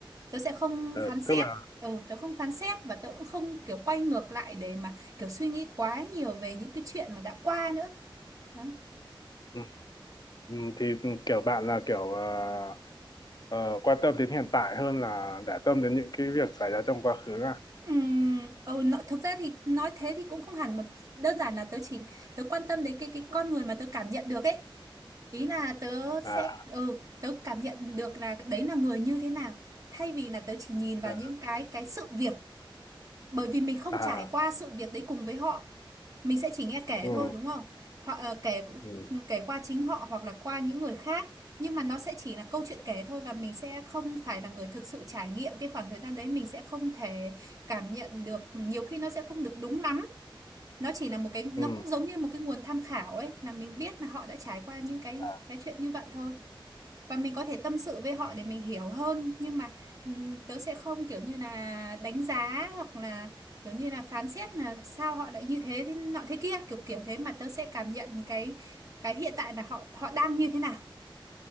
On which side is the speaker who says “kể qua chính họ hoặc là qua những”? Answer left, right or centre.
Right